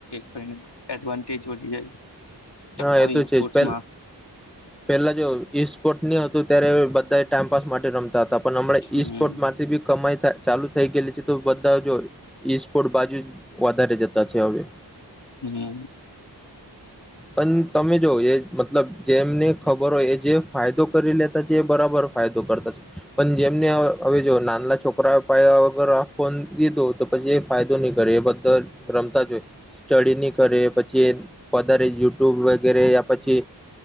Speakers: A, on the left (about 70°); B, in the centre.
A: કરીને એડવાન્ટેજ વધી જાય
B: હા
A: આવી
B: એ તો
A: સ્પોર્ટ્સમાં
B: છે જ પે પેલા જો ઈ સ્પોર્ટ નની હતું ત્યારે બધા ટમ્ કપાસ માટે રમતા હતા પણ હમણાં
A: હમ
B: ઈ સ્પોર્ટ માંથી બી કમાઈ ચાલુ થઈ ગયેલી છે તો બધા જો ઈ સ્પોર્ટ બાજુ વધારે જતા છે હવે
A: હમ
B: પણ તમે જો એ મતલબ જેમને ખબર હોય એ જે ફાયદો કરી લેતા છે એ બરાબર ફાયદો કરતા છે પણ જેમને હવે જો નાનલા છોકરા પાયા વગર આ ફોન લીધો તો પછી એ ફાયદો નહી કરે એ બધા રમતા જ હોય સ્ટડી નહી કરે પછી એ વધારે યુટ્યુબ વગેરે યા પછી